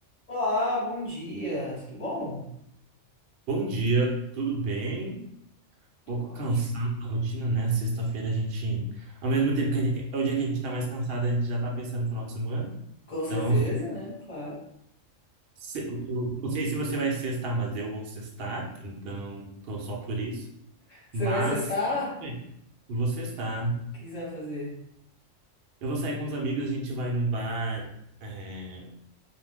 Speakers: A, on the left; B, on the right.
A: Olá, bom dia, tudo bom?
B: Bom dia, tudo bem? Um
A: Tudo
B: pouco
A: ótimo.
B: cansado da rotina, né? Sexta-feira a gente, ao mesmo tempo que a gente- é o dia que a gente tá mais cansado, a gente já tá pensando no final de semana.
A: Com certeza,
B: Então, <laughs>
A: né? Claro.
B: se- eu não sei se você vai sextar, mas eu vou sextar, então tô só por isso.
A: Você
B: Mas
A: vai sextar?
B: tudo bem, eu vou sextar.
A: O que que você vai fazer?
B: Eu vou sair com os amigos, a gente vai num bar é,